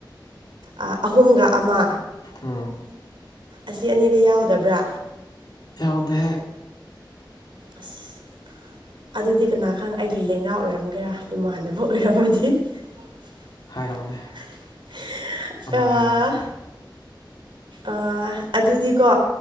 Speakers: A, on the right (about 85°); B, on the left (about 60°).
A: ꯑꯥ ꯑꯍꯨꯝꯒ ꯑꯃ
B: ꯎꯝ
A: ꯑꯁꯤ ꯑꯅꯤꯗ ꯌꯥꯎꯗꯕ꯭ꯔꯥ
B: ꯌꯥꯎꯗꯦ
A: ꯑꯁ ꯑꯗꯨꯗꯤ ꯀꯅꯥ ꯈꯪ ꯑꯩꯒꯤ ꯂꯦꯡꯒꯥ ꯑꯣꯏꯔꯝꯒꯦꯔꯥ ꯏꯃꯥꯟꯅꯕ ꯑꯣꯏꯔꯝꯃꯗꯤ <unintelligible>
B: ꯍꯥꯏꯔꯛꯑꯣꯅꯦ ꯑꯃꯒ
A: ꯑꯥ
B: ꯍꯥꯏꯔꯛꯑꯣꯁꯦ
A: ꯑꯥ ꯑꯗꯨꯗꯤꯀꯣ